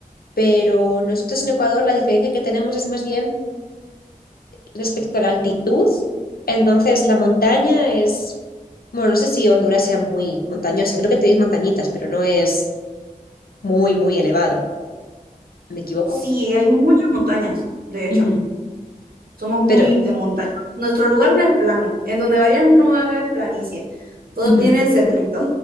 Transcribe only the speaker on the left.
pero nosotros en Ecuador la diferencia que tenemos es más bien respecto a la altitud. Entonces, la montaña es, bueno, no sé si Honduras sea muy montañosa, creo que tenéis montañitas, pero no es muy, muy elevado. ¿Me equivoco?
Ujú,
Pero,
ujú,